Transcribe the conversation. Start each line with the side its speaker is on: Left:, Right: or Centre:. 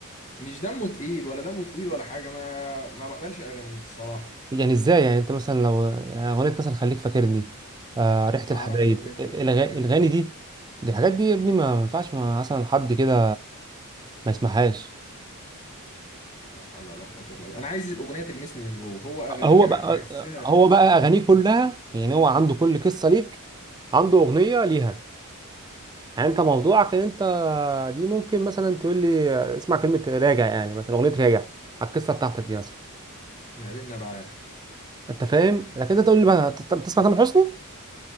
Left: مش دمه تقيل ولا دمه تقيل ولا حاجه ما ما بقبلش اغانيه الصراحه
Right: يعني ازاي يعني انت مثلا لو يعني اغنيه مثلا خليك فاكرني آه ريحه
Left: ما
Right: الحبايب
Left: اعرفش اغنيه
Right: الأغا-
Left: تخليك فاكرني
Right: الاغاني دي دي الحاجات دي يا ابني ما ينفعش ما- مثلا حد كده ما يسمعهاش
Left: لا حول ولا قوه الا بالله انا عايز الاغنيه تلمسني من جوه هو اغانيه
Right: هو بقى
Left: بحسها
Right: هو بقى اغانيه كلها يعني هو عنده كل قصه ليك عنده اغنيه ليها يعني انت موضوعك ان انت دي ممكن مثلا تقول لي اسمع كلمه راجع يعني مثلا اغنيه راجع على القصه بتاعتك دي مثلا
Left: ما بين نبعات
Right: انت فاهم لكن انت تقول لي بقى ت- طب تسمع تامر حسني